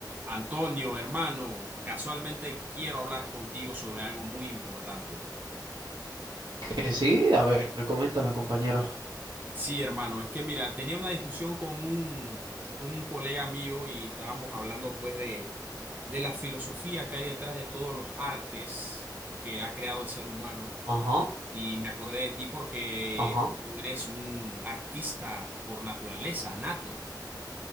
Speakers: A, on the right; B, on the right.
A: Antonio, hermano, casualmente quiero hablar contigo sobre algo muy importante.
B: Eh, sí, a ver, coméntame, compañero.
A: Sí, hermano, es que mira, tenía una discusión con un, un colega mío y estábamos hablando pues de, de la filosofía que hay detrás de todos los artes que ha creado el ser humano.
B: Ajá,
A: Y me acordé de ti porque
B: ajá.
A: tú eres un artista por naturaleza, nato.